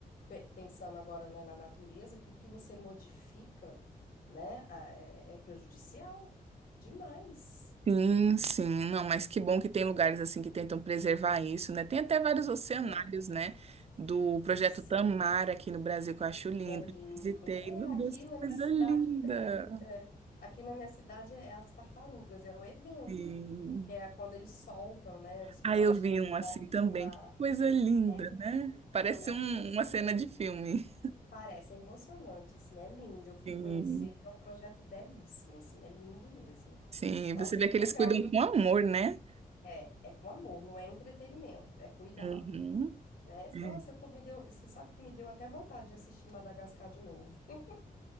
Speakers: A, on the left (about 70°); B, on the right (about 45°).
A: pe- pensando agora, né, na natureza, tudo que você modifica, né, a- é, é prejudicial demais.
B: Sim, sim, não, mas que bom que tem lugares assim que tentam preservar isso, né? Tem até vários oceanários,
A: É,
B: né? Do projeto
A: sim,
B: Tamara aqui no Brasil, que eu acho lindo.
A: é lindo.
B: Visitei,
A: É,
B: meu
A: aqui
B: Deus, que
A: na
B: coisa
A: minha cidade
B: linda!
A: tem. é. Aqui na minha cidade é, as tartarugas, é um evento,
B: Sim.
A: porque é quando eles soltam, né, os filhotinhos
B: Aí eu vi
A: de
B: um assim
A: volta
B: também,
A: para o mar.
B: que coisa linda,
A: É lindo,
B: né? Parece
A: é
B: um-
A: emocionante.
B: uma cena de filme.
A: Parece, é emocionante, assim, é lindo. Eu fui
B: Sim,
A: conhecer, é um projeto belíssimo, assim, é lindo mesmo.
B: sim,
A: Nossa,
B: você vê
A: que
B: que eles
A: legal.
B: cuidam
A: Eu vou...
B: com amor, né?
A: É, é com amor, não é entretenimento, é cuidado,
B: Uhum.
A: né?
B: É.
A: Nossa, eu tô, me deu, você sabe que me deu até vontade de assistir Madagascar de novo. <laughs>